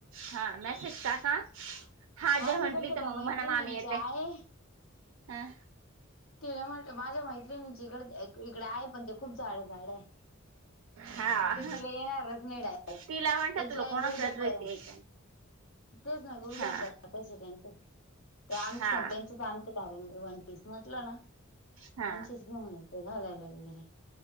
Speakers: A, on the right; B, on the left.
A: हा मॅसेज टाका. हा
B: माझ्या
A: जर
B: इकडचं
A: म्हटली. तर मग
B: मैत्रिणींची
A: म्हणा मामी येत्याय.
B: आहे
A: ह.
B: तिला म्हटलं माझ्या मैत्रिणीची इकड इकडे आहे. पण ते खूप जाड्या जाड्याये.
A: हा
B: ते तिला येणार नाही डायरेट.
A: तिला म्हटलं
B: त्याच्या
A: तुला
B: आहे
A: कोणाचा
B: गुडघ्या
A: ड्रेस
B: परन
A: यायचा
B: तेच ना. गुडघ्यापर्यंतचे
A: हा
B: त्यांचे. ते अनुष्कान
A: हा
B: त्यांचेच आणते कारण वन पीस मी, त्यांचीच
A: हा
B: घेऊन येते. घालायला वगरे.